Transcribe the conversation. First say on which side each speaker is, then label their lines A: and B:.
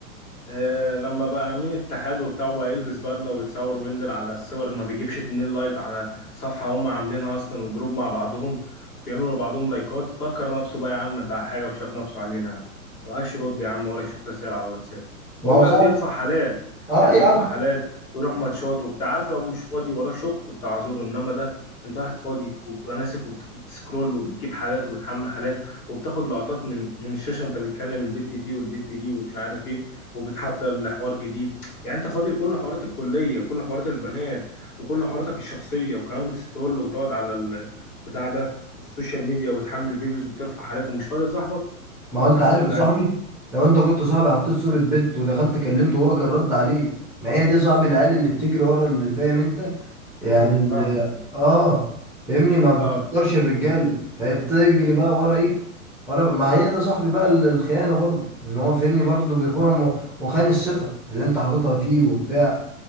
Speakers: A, on the left; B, in the centre.
A: آه لما بقى امين اتحاد وبتاع وبقى يلبس بدله ويتصور وينزل على الصور ما بيجيبش 2 لايك على صفحه هم عاملينها اصلا وجروب مع بعضهم وبيعملوا لبعضهم لايكات فكر نفسه بقى يا عم بقى حاجه وشاف نفسه علينا يا عم ما بقاش يرد يا عم ولا يشوف رسائل على الواتساب
B: ما
A: وهو
B: هو صاحبي
A: يقعد يرفع حالات
B: اه
A: يعني
B: يا
A: يرفع
B: عم
A: حالات ويروح ماتشات وبتاع عارف لو مش فاضي وراه شغل كنت اعذره انما ده انت واحد فاضي وبتبقى ناسف وبتسكرول وبتجيب حالات وبتحمل حالات وبتاخد لقطات من من الشاشه وانت بتكلم البت دي والبت دي ومش عارف ايه وبتحدى لحوار جديد يعني انت فاضي لكل حوارات الكليه وكل حوارات البنات وكل حواراتك الشخصيه وكمان بتسكرول وتقعد على البتاع ده السوشيال ميديا وتحمل فيديوز وبترفع حالات ومش فاضي لصاحبك
B: ما هو انت
A: صاحبك
B: عارف
A: اللي
B: يا صاحبي
A: قديم
B: لو انت كنت صاحبي حطيت صورة بنت ودخلت كلمته وهو كان رد عليه ما هي دي صاحب العيال اللي بتجري ورا اللي فاهم انت يعني
A: امم
B: اللي
A: فاهمك اه
B: اه فاهمني ما بتقدرش
A: آه.
B: الرجالة فهي بتجري بقى ورا ايه ورا ما هي ده صاحبي بقى ال- الخيانة برضه ان هو فاهمني برضه بيخونهم و- وخان الثقة اللي انت حاططها فيه وبتاع